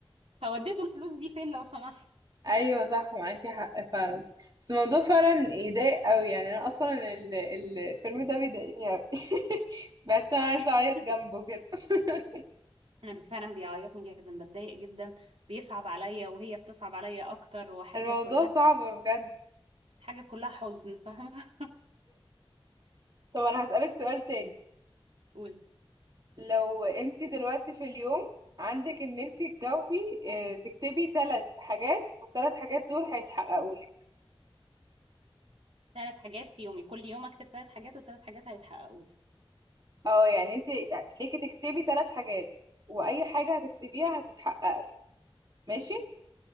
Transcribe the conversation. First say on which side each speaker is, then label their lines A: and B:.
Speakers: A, on the right (about 85°); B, on the right (about 45°).
A: فوديتوا الفلوس دي فين لو سمحت
B: ايوه صح معاكي حق فعلا بس الموضوع فعلا يضايق قوي يعني انا اصلا ال- الفيلم ده بيضايقني قوي <laughs> بس انا عايزه
A: <laughs>
B: اعيط جنبه كده <laughs>
A: انا فعلا بيعيطني جدا بتضايق جدا بيصعب عليا وهي بتصعب عليا اكتر وحاجة
B: الموضوع
A: كلها
B: صعب بجد
A: حاجة كلها حزن فاهمة
B: طب انا هسألك سؤال تاني
A: <laughs> قول
B: لو انت دلوقتي في اليوم عندك ان انت تجاوبي آه، تكتبي ثلاث حاجات والثلاث حاجات دول هيتحققوا لك
A: ثلاث حاجات في يومي كل يوم اكتب ثلاث حاجات والثلاث حاجات هيتحققوا لي
B: اه يعني انت ليكي تكتبي ثلاث حاجات واي حاجة هتكتبيها هتتحقق لك ماشي